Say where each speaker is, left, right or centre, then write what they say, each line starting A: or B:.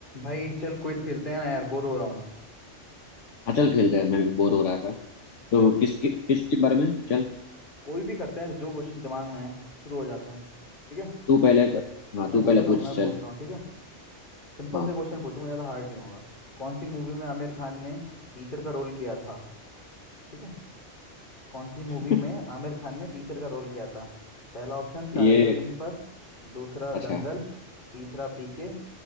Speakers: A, on the left; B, on the left.
A: भाई चल क्विज खेलते हैं ना यार बोर हो रहा हूँ
B: हाँ चल खेलते हैं मैं भी बोर हो रहा था तो
A: चल चल
B: किस किस के बारे में चल
A: कोई भी करते हैं जो क्वेश्चन दिमाग में आए शुरू हो जाते हैं ठीक है
B: तू पहले कर हाँ
A: मैं
B: तू
A: पूछता
B: पहले पूछ
A: हूँ मैं पूछता
B: चल
A: हूँ ठीक है सिंपल
B: हाँ
A: से क्वेश्चन पूछूंगा ज़्यादा हार्ड नहीं होगा कौन सी मूवी में आमिर खान ने टीचर का रोल किया था ठीक है कौन सी मूवी
B: <laughs>
A: में आमिर खान ने टीचर का रोल किया था पहला ऑप्शन तारे
B: ये
A: ज़मीन पर दूसरा दंगल
B: अच्छा
A: तीसरा पीके